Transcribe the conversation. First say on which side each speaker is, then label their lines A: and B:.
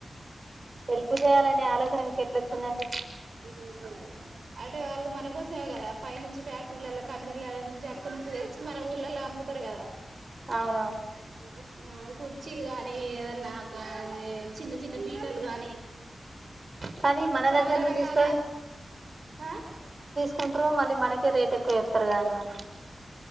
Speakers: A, on the right; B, on the right.
A: హెల్ప్ చేయాలనే ఆలోచన మీకు ఎట్లా వచ్చిందండి
B: ఉం అంటే వాళ్ళు మనకు చూసావు కదా పై నుంచి ఫ్యాక్టరీళ్ళల్ల కంపెనిళ్ళల్ల నుంచి అక్కడి నుంచి తెచ్చి మన ఊర్లల్లో అమ్ముతారు కదా
A: అవునవును
B: <inaudible> ఆహ అది కుర్చీలు గానీ ఏదన్నా కా దీ చిన్న చిన్న పీటలు గాని
A: కానీ మన
B: చాలా
A: దగ్గరనే
B: రకాల
A: తీసుకొని
B: ఆ
A: కుంట్ట్రు మల్లా మనకే రేట్ ఎక్కవ చే త్రగా అండీ వాళ్లు